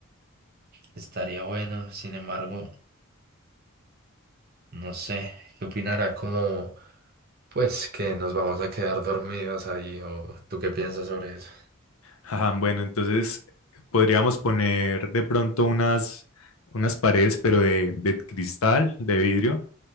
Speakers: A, on the right; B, on the left.
A: Estaría bueno, sin embargo. No sé, ¿qué opinará? Como, pues, que nos vamos a quedar dormidos ahí, o tú qué piensas sobre eso.
B: Ajá, bueno, entonces podríamos poner de pronto unas, unas paredes, pero de, de cristal, de vidrio,